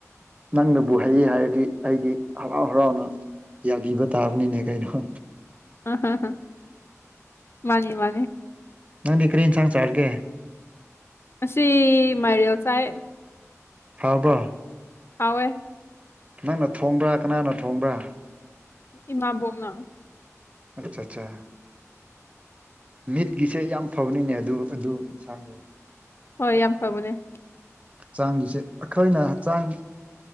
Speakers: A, on the right; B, on the left.
A: ꯅꯪꯅꯕꯨ ꯍꯩ ꯍꯥꯏꯔꯗꯤ ꯑꯩꯗꯤ ꯍꯔꯥꯎ ꯍꯔꯥꯎꯅ ꯌꯥꯕꯤꯕ ꯇꯥꯕꯅꯤꯅꯦ ꯀꯩꯅꯣ <unintelligible>
B: <unintelligible> ꯃꯥꯅꯤ ꯃꯥꯅꯤ
A: ꯅꯪꯗꯤ ꯀ꯭ꯔꯤ ꯢꯟꯁꯥꯡ ꯆꯥꯔꯒꯦ
B: ꯉꯁꯤ ꯃꯥꯏꯔꯦꯜ ꯆꯥꯏꯌꯦ
A: ꯍꯥꯎꯕ꯭ꯔꯣ
B: ꯍꯥꯎꯋꯦ
A: ꯅꯪꯅ ꯊꯣꯡꯕ꯭ꯔꯥ ꯀꯅꯥꯅ ꯊꯣꯡꯕ꯭ꯔꯥ
B: ꯏꯃꯥꯕꯣꯛꯅ
A: ꯑꯠꯆꯥꯆꯥ ꯃꯤꯠꯀꯤꯁꯦ ꯌꯥꯝ ꯐꯕꯅꯤꯅꯦ ꯑꯗꯨ ꯑꯗꯨ ꯏꯟꯁꯥꯡꯗꯣ
B: ꯍꯣꯏ ꯌꯥꯝ ꯐꯕꯅꯦ
A: ꯆꯥꯡꯒꯤꯁꯦ ꯑꯩꯈꯣꯏꯅ ꯍꯛꯆꯥꯡ